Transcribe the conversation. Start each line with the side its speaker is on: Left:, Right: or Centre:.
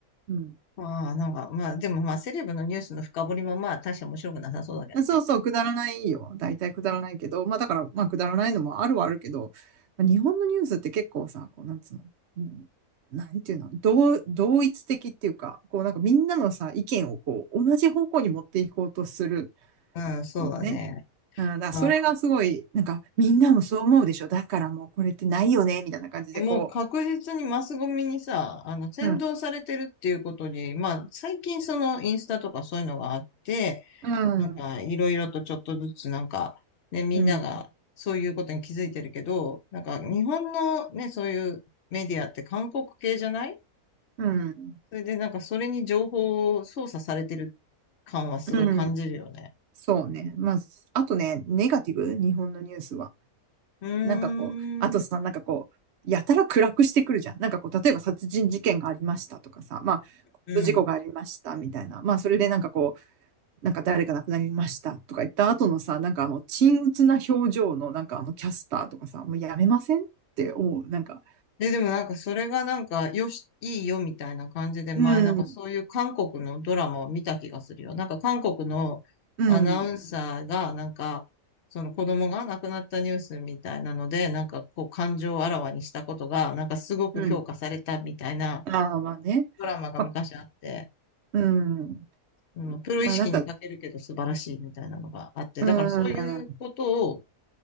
Right: うん。
Left: まあ、なんか、まあ、でもまあ、セレブのニュースの深掘りもまあ、大して面白くなさそうだけどね。
Right: そうそう、くだらないよ。大体くだらないけど、まあだから、まあくだらないのもあるはあるけど、まあ日本のニュースって結構さ、こう、なんつうの、うんなんていうの、同、同一的っていうか、こうなんかみんなのさ、意見をこう、同じ方向に持っていこうとする
Left: うん、そうだね。
Right: よね。うん、だからそれがすごい、
Left: まあ、
Right: なんかみんなもそう思うでしょ。だからもうこれってないよね、みたいな感じでこ
Left: もう確実にマスゴミにさ、あの、扇動されてるっていうことに、
Right: う、うん、
Left: まあ、最近そのインスタとかそういうのがあって、
Right: うん、
Left: なんか、いろいろとちょっとずつなんか、ね、みんながそういうことに気づいてるけど、
Right: うん、
Left: なんか、日本のね、そういうメディアって韓国系じゃない
Right: うん、
Left: それでなんか、それに情報を操作されてる感はすごい感じるよね。
Right: うん、そうね。まあ、あとね、ネガティブ、日本のニュースは。
Left: うーん、
Right: なんかこう、
Left: うん、
Right: あとさ、なんかこう、やたら暗くしてくるじゃん。なんかこう、例えば殺人事件がありましたとかさ、ま
Left: うん。
Right: あ、事故がありましたみたいな。まあ、それでなんかこう、なんか誰か亡くなりましたとか言った後のさ、なんかあの、沈鬱な表情のなんかあの、キャスターとかさ、もうやめませんって思う。なんか、
Left: で、でもなんかそれがなんかよし、いいよみたいな感じで前なんかそういう韓国のドラマを見た気がするよ。
Right: うん、
Left: なんか韓国のアナウンサーがなんかその子供が亡くなったニュースみたいなのでなんかこう感情をあらわにしたことがなんかすごく評価されたみたいな
Right: うん、うん。ああ、まあね。
Left: ドラマが昔あって、
Right: まあ、うん。
Left: うん、プロ意識に欠けるけど素晴らしいみたいなのがあって、
Right: まあなんか、うん。
Left: だからそういうことを